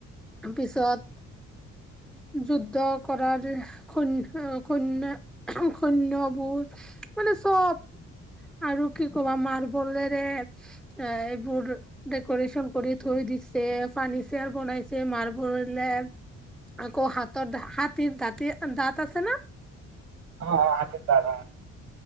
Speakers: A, in the centre; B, on the right.
A: পিছত যুদ্ধ কৰাৰ কূন্যা সৈন্যবোৰ মানে চ'ব আৰু কি ক'বা মাৰ্বলৰে এইবোৰ ডেক'ৰেচন কৰি থৈ দিছে। ফাৰ্নিচাৰ বনাইছে মাৰ্বলে। আকৌ হাতৰ হাতীৰ দাঁতিৰ দাঁত আছে না?
B: অ অ, হাতিৰ দাত অ।